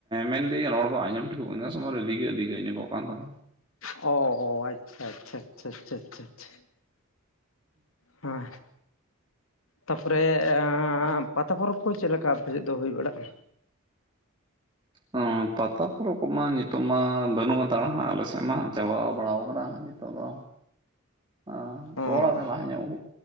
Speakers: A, on the right; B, on the left.
A: ᱢᱮᱱᱫᱟᱹᱧ ᱨᱚᱲ ᱫᱚ ᱟᱸᱡᱚᱢ ᱴᱷᱤᱠᱚᱜ ᱠᱟᱱ ᱜᱮᱭᱟ ᱥᱚᱢᱚᱭ ᱨᱮ ᱫᱤᱜᱟᱹᱜ ᱫᱤᱜᱟᱹᱜ ᱧᱚᱜᱚᱜ ᱠᱟᱱ ᱛᱟᱢᱟ᱾
B: ᱚ ᱚ, ᱟᱪᱪᱷᱟ ᱟᱪᱪᱷᱟ ᱪᱷᱟ ᱪᱷᱟ ᱪᱷᱟ ᱪᱷᱟ᱾ ᱦᱮᱸ᱾ ᱛᱟᱯᱚᱨᱮ ᱮᱸᱻ ᱯᱟᱛᱟ ᱯᱚᱨᱚᱵᱽ ᱠᱚ ᱪᱮᱫᱞᱮᱠᱟ ᱟᱯᱮ ᱥᱮᱫ ᱫᱚ ᱦᱩᱭ ᱵᱟᱲᱟᱜ-ᱟ?
A: ᱦᱚᱸ ᱯᱟᱛᱟ ᱯᱚᱨᱚᱵᱽ ᱠᱚᱢᱟ ᱱᱤᱛᱚᱜ ᱢᱟ ᱵᱟᱹᱱᱩᱜ ᱦᱟᱛᱟᱲᱟ ᱦᱟᱸᱜ ᱟᱞᱮ ᱥᱮᱫ ᱢᱟ ᱪᱟᱵᱟᱣ ᱵᱟᱲᱟᱣ ᱠᱟᱱᱟ ᱱᱤᱛᱚᱜ ᱫᱚ᱾ ᱟᱸ, ᱛᱚ
B: ᱚ
A: ᱚᱱᱟ ᱞᱟᱦᱟ ᱧᱚᱜ ᱦᱩᱭᱩᱜ